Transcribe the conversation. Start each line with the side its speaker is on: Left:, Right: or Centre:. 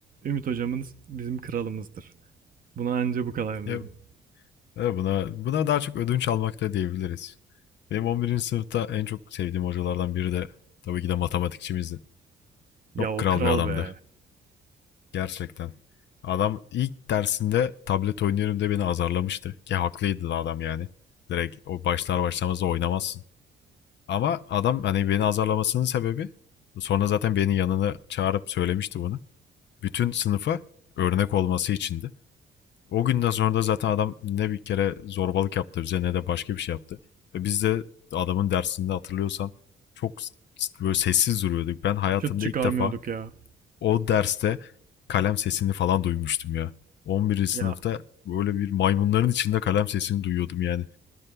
Right: Ümit Hocamız bizim kralımızdır. Buna anca bu kadar
Left: Ya,
Right: derim.
Left: ya buna buna daha çok ödünç almak da diyebiliriz. Benim 11. sınıfta en çok sevdiğim hocalardan biri de tabii ki de matematikçimizdi.
Right: Ya
Left: Çok
Right: o
Left: kral
Right: kral
Left: bir adamdı.
Right: be.
Left: Gerçekten. Adam ilk dersinde tablet oynuyorum diye beni azarlamıştı. Ki haklıydı da adam yani. Direkt o başlar başlamaz da oynamazsın. Ama adam hani beni azarlamasının sebebi sonra zaten beni yanına çağırıp söylemişti bunu. Bütün sınıfa örnek olması içindi. O günden sonra da zaten adam ne bir kere zorbalık yaptı bize ne de başka bir şey yaptı. Ve biz de adamın dersinde hatırlıyorsan çok böyle sessiz duruyorduk. Ben hayatımda
Right: Şut çıkarmıyorduk
Left: ilk defa
Right: ya.
Left: o derste kalem sesini falan duymuştum ya. 11.
Right: Ya
Left: sınıfta böyle bir maymunların içinde kalem sesini duyuyordum yani.